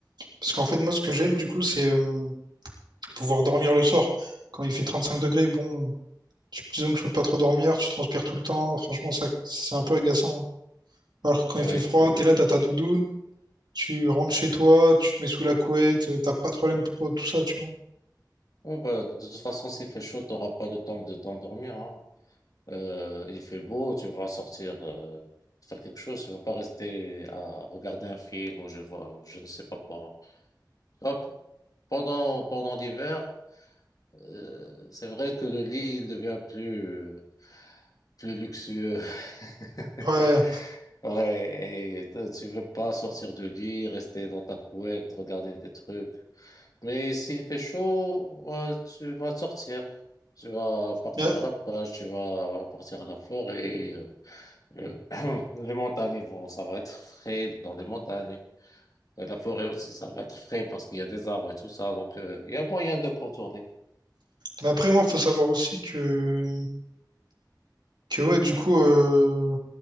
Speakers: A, on the right (about 75°); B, on the left (about 55°).
A: Parce qu'en fait, moi, ce que j'aime, du coup, c'est euh, pouvoir dormir le soir. Quand il fait 35 degrés, bon, tu- disons que je peux pas trop dormir, tu transpires tout le temps. Franchement, ça, c'est un peu agaçant. hein. Alors que quand
B: Oui.
A: il fait froid, t'es là, t'as ta doudoune. Tu rentres chez toi, tu te mets sous la couette, euh, t'as pas de problème pour tout ça, tu vois.
B: Bon, bah, de toute façon, s'il fait chaud, tu n'auras pas le temps de t'endormir. hein. Euh, il fait beau, tu vas sortir euh, faire quelque chose. Tu ne vas pas rester à regarder un film ou je vois, je ne sais pas quoi. Hop. Pendant, pendant l'hiver, euh, c'est vrai que le lit, il devient plus, plus luxueux. <laughs>
A: Ouais.
B: Ouais, et t- tu veux pas sortir du lit, rester dans ta couette, regarder des trucs. Mais s'il fait chaud, ouais, tu vas sortir. Tu vas partir
A: Mais,
B: à la plage, tu vas partir à la forêt. euh, euh, <clears throat> les montagnes vont, ça va être frais dans les montagnes. Et la forêt aussi, ça va être frais parce qu'il y a des arbres et tout ça. Donc, euh, il y a moyen de contourner.
A: mais après, moi, faut savoir aussi que, que ouais, du coup, euh,